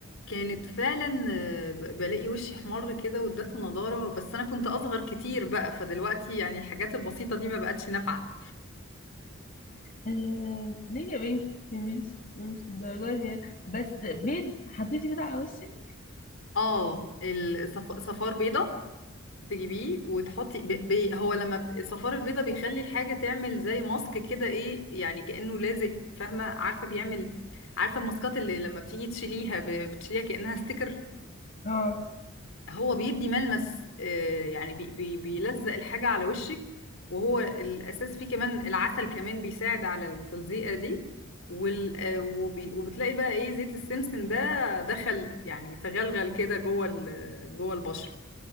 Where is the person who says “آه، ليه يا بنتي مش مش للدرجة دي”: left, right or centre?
Left